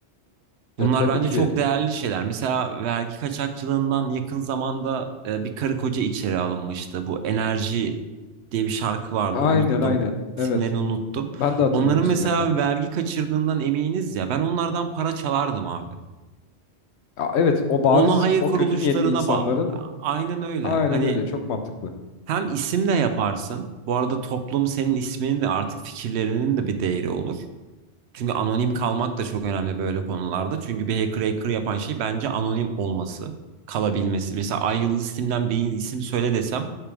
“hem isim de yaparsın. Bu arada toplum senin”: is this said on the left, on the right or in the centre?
Right